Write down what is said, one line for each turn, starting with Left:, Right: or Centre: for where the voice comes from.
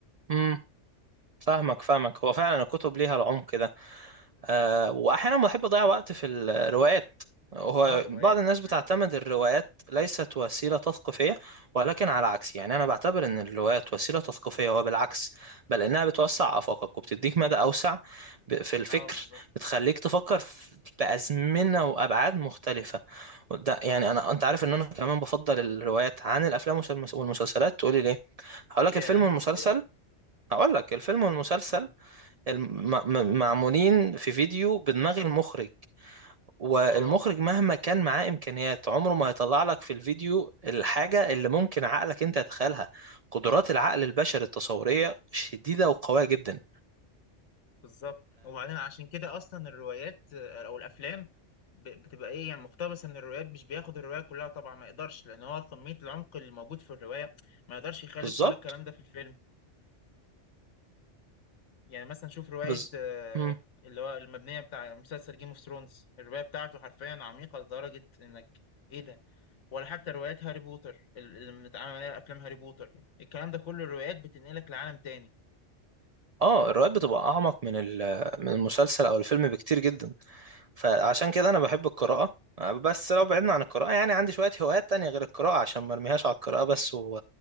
Right: امم فاهمك فاهمك هو فعلا الكتب ليها العمق ده آه، واحيانا بحب اضيع وقت في الروايات هو
Left: اه الروايات
Right: بعض الناس
Left: تمام
Right: بتعتمد الروايات ليست وسيلة تثقيفية ولكن على عكس يعني أنا بعتبر إن الروايات وسيلة تثقيفية هو بالعكس بل إنها بتوسع آفاقك وبتديك مدى أوسع ب- في الفكر
Left: اه بالظبط
Right: بتخليك تفكر في- بأزمنة وأبعاد مختلفة ده يعني
Left: اه
Right: أنا أنت عارف إن أنا كمان بفضل الروايات عن الأفلام والمس- والمسلسلات تقولي ليه؟ هقول لك
Left: ياه
Right: الفيلم والمسلسل
Left: ليه
Right: هقول لك الفيلم والمسلسل
Left: اه
Right: الم- م- معمولين في فيديو بدماغ المخرج والمخرج
Left: اه
Right: مهما كان معاه إمكانيات عمره ما هيطلع لك في الفيديو الحاجة اللي ممكن عقلك أنت يتخيلها قدرات العقل البشري التصورية شديدة وقوية جدا
Left: بالظبط وبعدين عشان كده اصلا الروايات آه، او الافلام ب- بتبقى ايه يعني مقتبسه من الروايات مش بياخد الروايه كلها طبعا ما يقدرش لان هو كميه العمق اللي موجود في الروايه ما يقدرش يخلي
Right: فبالظبط
Left: كل الكلام ده في الفيلم يعني مثلا شوف روايه
Right: بز...
Left: آه،
Right: مم.
Left: اللي هو المبنيه بتاع مسلسل جيم اوف ثرونز الروايه بتاعته حرفيا عميقه لدرجه انك ايه ده ولا حتى روايات هاري بوتر ال- اللي متعامل عليها افلام هاري بوتر الكلام ده كله الروايات بتنقلك لعالم تاني
Right: اه الروايات بتبقى أعمق من ال... من المسلسل أو الفيلم بكتير جدا فعشان كده انا بحب القراءة آه، بس لو بعدنا عن القراءة يعني عندي شوية هوايات تانية غير القراءة عشان ما ارميهاش على القراءة بس و-